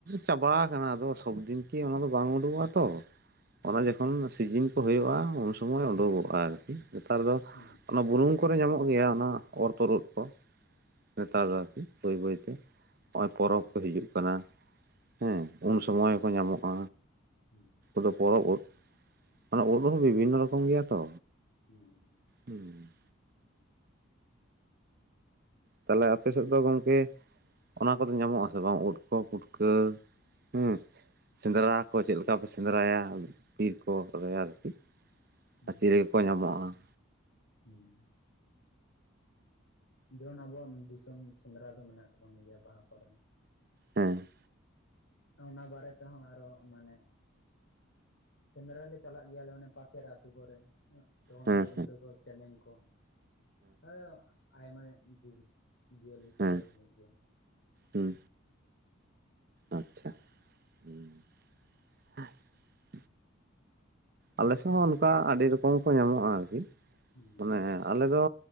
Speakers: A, on the right; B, on the left.
A: ᱪᱟᱵᱟ ᱟᱠᱟᱱᱟ ᱟᱫᱚ ᱥᱚᱵᱫᱤᱱ ᱠᱤ ᱚᱱᱟ ᱫᱚ ᱵᱟᱝ ᱩᱰᱩᱠᱚᱜᱼᱟ ᱛᱚ᱾
B: <inaudible> ᱦᱩᱸ
A: ᱚᱱᱟ ᱡᱚᱠᱷᱚᱱ ᱥᱤᱡᱤᱱ ᱠᱚ ᱦᱩᱭᱩᱜᱼᱟ᱾ ᱩᱱᱥᱩᱢᱟᱹᱭ ᱩᱰᱩᱠᱚᱜᱼᱟ ᱟᱨᱠᱤ ᱱᱮᱛᱟᱨ ᱫᱚ
B: ᱦᱩᱸ
A: ᱚᱱᱟ ᱵᱩᱱᱩᱢ ᱠᱚᱨᱮ ᱧᱟᱢᱚᱜ ᱜᱮᱭᱟ ᱚᱱᱟ ᱚᱨᱛᱚᱫ ᱩᱫ ᱠᱚ
B: ᱦᱩᱸ
A: ᱱᱮᱛᱟᱨ ᱟᱨᱠᱤ ᱵᱟᱹᱭ ᱵᱟᱹᱭᱛᱮ ᱱᱚᱜᱼᱚᱭ ᱯᱚᱨᱚᱵᱽ ᱠᱚ
B: ᱦᱩᱸ
A: ᱦᱤᱡᱩᱜ ᱠᱟᱱᱟ ᱦᱮᱸ ᱩᱱ ᱥᱚᱢᱚᱭ ᱦᱚᱸᱠᱚ ᱧᱟᱢᱚᱜᱼᱟ᱾
B: ᱦᱩᱸ
A: ᱫᱚ ᱯᱚᱨᱚᱵ ᱩᱫ ᱢᱟᱱᱮ ᱩᱫ
B: ᱦᱩᱸ
A: ᱦᱚᱸ ᱵᱤᱵᱷᱤᱱᱱᱚ ᱨᱚᱠᱚᱢ ᱜᱮᱭᱟ ᱛᱚ
B: ᱦᱩᱸ
A: ᱦᱩᱸ ᱛᱟᱦᱚᱞᱮ ᱟᱯᱮᱥᱮᱫ ᱫᱚ ᱜᱚᱝᱠᱮ ᱚᱱᱟ ᱠᱚᱫᱚ ᱧᱟᱢᱚᱜ ᱟᱥᱮ ᱵᱟᱝ ᱳᱫ ᱠᱚ ᱯᱩᱴᱠᱟᱹ ᱦᱩᱸ᱾ ᱥᱮᱸᱫᱽᱨᱟ ᱠᱚ ᱪᱮᱫ ᱞᱮᱠᱟᱯᱮ ᱥᱮᱸᱫᱽᱨᱟᱭᱟ ᱵᱤᱨ ᱠᱚ ᱨᱮ ᱟᱨᱠᱤ
B: <inaudible>
A: ᱜᱟᱪᱷᱤ ᱨᱮᱜᱮ ᱠᱚ ᱧᱟᱢᱚᱜᱼᱟ
B: ᱡᱮᱢᱚᱱ ᱟᱵᱚᱣᱟᱜ ᱫᱤᱥᱚᱢ ᱥᱮᱸᱫᱽᱨᱟ ᱫᱚ ᱢᱮᱱᱟᱜ ᱛᱟᱵᱚᱱ ᱜᱮᱭᱟ ᱵᱟᱦᱟ ᱠᱚᱨᱮ
A: ᱦᱮᱸ᱾
B: ᱚᱱᱟ ᱵᱟᱨᱮ ᱛᱮᱦᱚᱸ ᱟᱨᱚ ᱢᱟᱱᱮ ᱥᱮᱸᱫᱽᱨᱟ ᱞᱮ ᱪᱟᱞᱟᱜ ᱜᱮᱭᱟᱞᱮ ᱢᱟᱱᱮ ᱯᱟᱥᱮᱨ ᱟᱹᱛᱩ ᱠᱚᱨᱮ ᱛᱚᱠᱷᱚᱱ
A: ᱦᱮᱸ
B: ᱫᱚ ᱨᱩᱰᱟᱹ ᱠᱚ, ᱪᱮᱢᱮᱧ ᱠᱚ ᱦᱮᱸ ᱟᱭᱢᱟ ᱡᱤᱵ ᱡᱤᱭᱟᱹᱞᱤ ᱠᱚ
A: ᱦᱮᱸ
B: ᱜᱚᱡ ᱦᱩᱭᱩᱜ ᱜᱮᱭᱟ᱾
A: ᱦᱩᱸ ᱟᱪᱪᱷᱟ ᱦᱩᱸ ᱾ ᱟᱞᱮᱥᱮᱫ ᱦᱚᱸ ᱚᱱᱠᱟ ᱟᱹᱰᱤ ᱨᱚᱠᱚᱢ ᱠᱚ ᱧᱟᱢᱚᱜᱼᱟ ᱟᱨᱠᱤ
B: ᱦᱩᱸ᱾
A: ᱢᱟᱱᱮ ᱟᱞᱮ ᱫᱚ